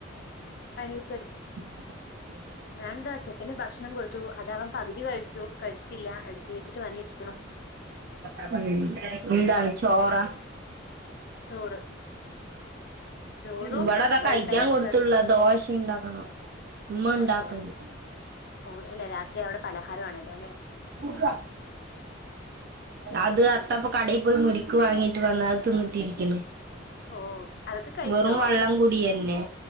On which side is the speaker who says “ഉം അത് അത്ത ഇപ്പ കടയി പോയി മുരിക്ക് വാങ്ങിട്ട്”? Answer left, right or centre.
Right